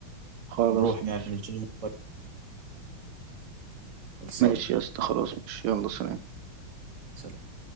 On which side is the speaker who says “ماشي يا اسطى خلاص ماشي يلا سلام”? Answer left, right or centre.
Right